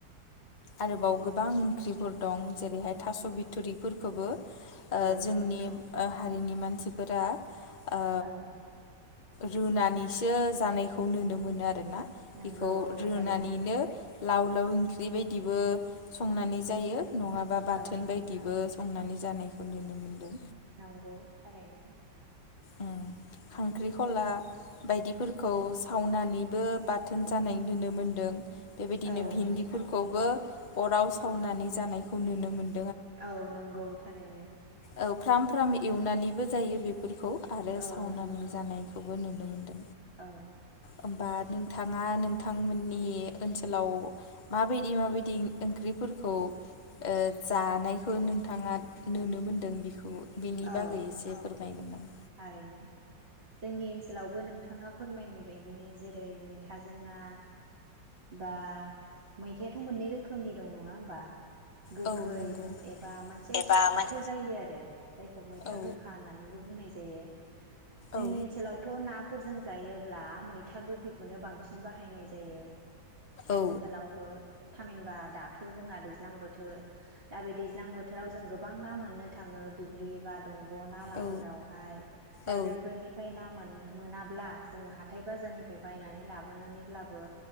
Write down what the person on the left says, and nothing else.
आरोबाव गोबां ओंख्रिफोर दं जेरैहाय थास' बिथ'रिफोरखौबो ओ
जोंनि ओ हारिनि मानसिफोरा ओ
रुनानि सो जानायखौ नुनो मोनो आ रोना
बेखौ
रुनानैनो
लाव लोव ओंख्रि बायदिबो संनानै जायो नङाबा
बाथोन बायदिबो संनानै जानायखौ नुनो मोन्दों
उम खांख्रिखला बायदिफोरखौ सावनानैबो बाथोन जानाय नुनो मोनदों। बेबायदिनो
भिन्दिफोरखौबो अराव सावनानै जानायखौ नुनो मोन
औ फ्राम फ्राम एवनानैबो जायो बे फोरखौ आरो
सावनानै
जानायखौ नुनो मोनदों।
होमबा नोंथाङा नोंथांमोननि ओनसोलाव माबायदि माबायदि ओंख्रि फोरखौ ओ जानायखौ नोंथाङा नुनो मोनदों बिखौ बिनि
बागै एसे फोर बायगोन नामा
औ नंगौ
एबा
मोन
औ
औ
औ
औ
औ